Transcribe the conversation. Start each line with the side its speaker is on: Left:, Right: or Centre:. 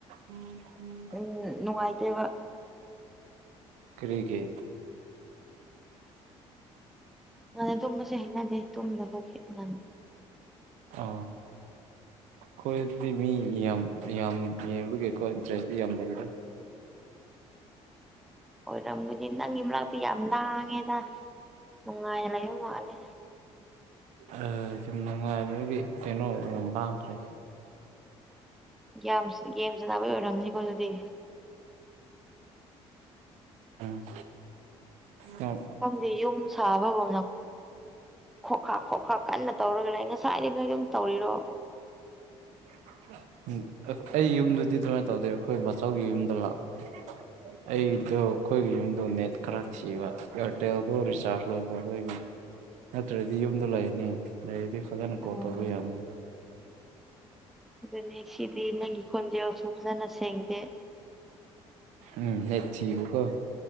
Right: ꯎꯝ ꯎꯝ
Centre: ꯎꯝ ꯅꯨꯡꯉꯥꯏꯇꯦꯕ
Right: ꯀ꯭ꯔꯤꯒꯤ
Centre: ꯉꯟꯅ ꯇꯨꯝꯕꯁꯦ ꯅꯪꯗꯤ ꯇꯨꯝꯗꯕꯒꯤ ꯉꯟ
Right: ꯑ ꯈꯣꯏꯗꯨꯗꯤ ꯃꯤ ꯌꯥꯝ ꯌꯥꯝ ꯌꯦꯡꯕꯒꯤꯀꯣ ꯏꯟꯇ꯭ꯔꯦꯁꯇꯤ ꯌꯥꯝ ꯂꯩꯌꯦꯕ
Centre: ꯑꯣꯏꯔꯝꯒꯗꯤ ꯅꯪꯒꯤ ꯃꯅꯥꯛꯇ ꯌꯥꯝ ꯂꯥꯡꯉꯦꯗ ꯅꯨꯡꯉꯥꯏꯅ ꯂꯩꯕ ꯃꯥꯜꯂꯦ
Right: ꯑ ꯁꯨꯝ ꯅꯨꯡꯉꯥꯏꯕꯒꯤ ꯀꯩꯅꯣ ꯃꯥꯡꯈ꯭ꯔꯦ
Centre: ꯌꯥꯝꯁ ꯒꯦꯝ ꯁꯟꯅꯕꯩ ꯑꯣꯏꯔꯝꯅꯤꯀꯣ ꯑꯗꯨꯗꯤ
Right: ꯎꯝ ꯏꯇꯥꯎ
Centre: ꯈꯪꯗꯦ ꯌꯨꯝ ꯁꯥꯕꯕꯨ ꯉꯝ ꯈꯣꯈꯥ ꯈꯣꯈꯥ ꯀꯟꯅ ꯇꯧꯔꯒ ꯂꯩ ꯉꯁꯥꯏꯗꯩ ꯅꯣꯏ ꯌꯨꯝ ꯇꯧꯔꯤꯔꯣ
Right: <inaudible> ꯎꯝ ꯑꯩ ꯌꯨꯝꯗꯗꯤ ꯑꯗꯨꯃꯥꯏ ꯇꯧꯗꯦ ꯑꯩꯈꯣꯏ ꯕꯥꯆꯧꯒꯤ ꯌꯨꯝꯗ ꯂꯥꯛꯄ ꯑꯩꯗꯣ ꯑꯩꯈꯣꯏꯒꯤ ꯌꯨꯝꯗꯣ ꯅꯦꯠ ꯈꯔ ꯊꯤꯕ ꯏꯌꯥꯔꯇꯦꯜꯗꯣ ꯔꯤꯆꯥꯔꯖ ꯂꯣꯏꯈ꯭ꯔꯕ ꯑꯩꯒꯤ ꯅꯠꯇ꯭ꯔꯗꯤ ꯌꯨꯝꯗ ꯂꯩꯔꯅꯤ ꯂꯩꯔꯗꯤ ꯐꯖꯅ
Centre: ꯎꯝ
Right: ꯀꯣꯜ ꯇꯧꯕ ꯌꯥꯔꯥꯅꯤ
Centre: ꯑꯗꯨꯅꯦ ꯁꯤꯗꯤ ꯅꯪꯒꯤ ꯈꯣꯟꯖꯦꯜꯁꯨ ꯐꯖꯅ ꯁꯦꯡꯗꯦ
Right: ꯎꯝ ꯍꯦꯛ ꯊꯤꯕꯥ ꯀꯣ